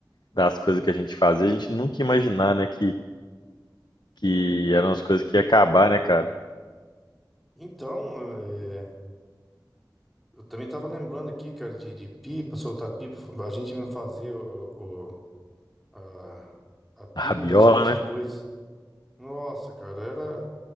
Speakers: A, on the left (about 65°); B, in the centre.
A: das coisas que a gente fazia. A gente nunca ia imaginar, né, que, que eram as coisas que ia acabar, né, cara?
B: Então, eh, eu também tava lembrando aqui, cara, de, de pipa, soltar pipa. A gente mesmo fazia o, o- a, a pipa
A: A rabiola,
B: da gente
A: né?
B: depois. Nossa, cara, era.